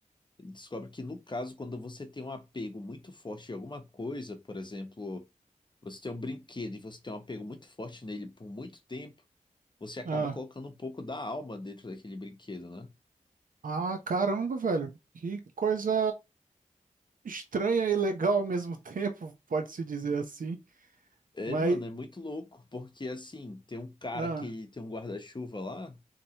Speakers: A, on the left; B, on the right.
A: Ele descobre que, no caso, quando você tem um apego muito forte em alguma coisa, por exemplo, você tem um brinquedo e você tem um apego muito forte nele por muito tempo, você acaba
B: Ah,
A: colocando um pouco da alma dentro daquele brinquedo, né?
B: ah, caramba, velho. Que coisa estranha e legal ao mesmo <laughs> tempo, pode-se dizer assim.
A: É,
B: Mas,
A: mano, é muito louco, porque assim, tem um cara
B: ah,
A: que tem um guarda-chuva lá